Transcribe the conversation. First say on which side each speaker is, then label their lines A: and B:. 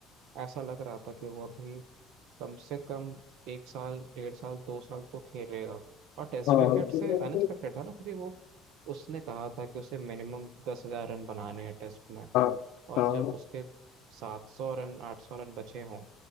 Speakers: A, on the right (about 65°); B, on the left (about 60°).
A: ऐसा लग रहा था कि वो अभी कम से कम एक साल डेढ़ साल दो साल तो खेलेगा और टेस्ट
B: हाँ
A: क्रिकेट से अनएक्सपेक्टेड था ना क्योंकि वो उसने कहा था कि उसे मिनिमम दस हजार रन बनाने हैं टेस्ट में
B: हाँ
A: और
B: हाँ
A: जब उसके सात सौ रन आठ सौ रन बचे हों